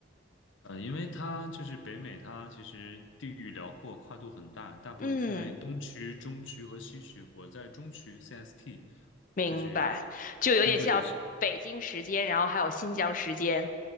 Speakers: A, on the left (about 80°); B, on the left (about 40°).
A: 嗯呃因为它就是北美，它其实地域辽阔，跨度很大，大部分分为东区、
B: 嗯，
A: 中区和西区。我在中区 CST，
B: 明白，
A: 就是
B: 就有点像北京时间，
A: 中部地区。
B: 然后还有新疆时间，